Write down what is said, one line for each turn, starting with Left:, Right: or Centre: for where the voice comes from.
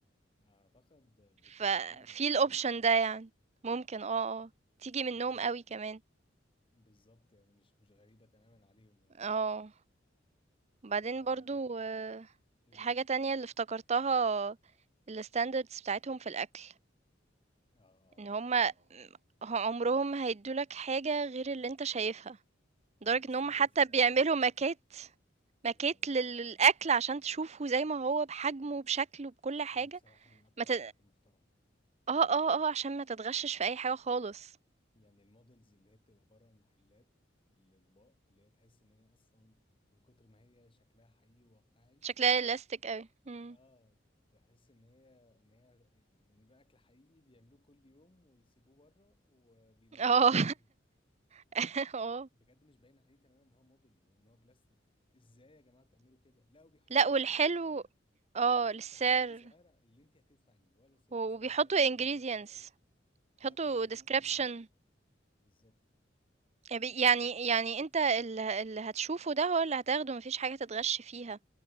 Left: اعتقد بتيجي
Right: ففي
Left: كتير يعني بتظهر
Right: الoption
Left: كتير
Right: ده يعني، ممكن آه، آه، تيجي
Left: اه
Right: منّهم أوي كمان،
Left: بالظبط يعني مش مش غريبة تماما عليهم يعني
Right: آه، وبعدين
Left: فلا
Right: برضه
Left: ايه
Right: الحاجة تانية اللي افتكرتها الstandards بتاعتهم في الأكل،
Left: اه
Right: إن هُم م ه عمرهم ما هيدّوا لك حاجة غير اللي أنت شايفها، لدرجة
Left: هو الستاندرز
Right: إن هُم حتى
Left: بتاعتهم
Right: بيعملوا
Left: في الاكل
Right: ماكات ماكيت
Left: يعني
Right: لل للأكل عشان تشوفه زي ما هو بحجمه، بشكله، بكل حاجة،
Left: دي بصراحة من اكتر
Right: ما ت
Left: الحاجات المحترمة
Right: آه، آه، آه، عشان ما تتغشِّش في أي حاجة خالص،
Left: يعني المودلز اللي هي بتبقى بره المحلات الاطباق اللي هي تحس ان هي اصلا من كتر ما هي شكلها حقيقي واقعي
Right: شكلها realistic أوي، إمم،
Left: اه تحس ان هي ان هي ان ده اكل حقيقي بيعملوه كل يوم ويسيبوه بره وبيلموه
Right: آه،
Left: اخر اليوم
Right: <laughs> آه،
Left: بجد مش باين عليه تماما ان هو موديل وان هو بلاستيك ازاي يا جماعه تعملوا كده لا وبيحط
Right: لأ
Left: لك
Right: والحلو
Left: تحتيها
Right: آه،
Left: بيحط
Right: للسعر
Left: لك تحتيها السعر اللي انت هتدفعيه ولا سيرفيس
Right: و وبيحطّوا
Left: ولا تاكس
Right: ingredients
Left: ولا مش عارف ايه
Right: بيحطّوا
Left: اه كمان بيحط
Right: description
Left: الانجريدينت بالظبط
Right: يب يعني يعني أنت ال اللي هتشوفه ده هو اللي هتاخده، ما فيش حاجة تتغش فيها،